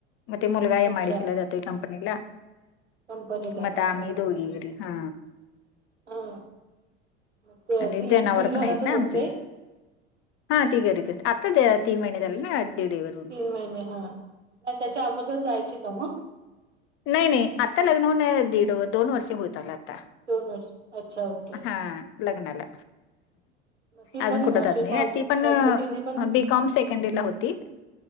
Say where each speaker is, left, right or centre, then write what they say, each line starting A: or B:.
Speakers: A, on the left; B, on the right.
A: मग ते मुलगा एम
B: अच्छा
A: आय डी सी ला जातोय कंपनीला.
B: कंपनीला
A: म आता
B: अच्छा
A: आम्ही
B: ओके
A: दोघी घरी, हा.
B: हा मग ते-
A: आणि
B: ती
A: जनावरं
B: ती
A: पण
B: घरातच
A: आहेत ना
B: असते
A: आमचे. हा ती घरीच असते, आता तीन महिने झाले ना डिलीवरी होऊन.
B: तीन महिने हा,, का त्याच्या आगोदर जायची का मग?
A: नाही नाही आत्ता लग्न होऊन दीड, दोन वर्ष होइत आलं आता
B: दोन वर्ष अच्छा ओके
A: हा लग्नाला
B: मग ती
A: अजून
B: पण
A: कुठ
B: असे
A: जात नाही,
B: कॉल
A: ती पण
B: कॉलच तिने पण
A: बी कॉम सेकंड इयरला होती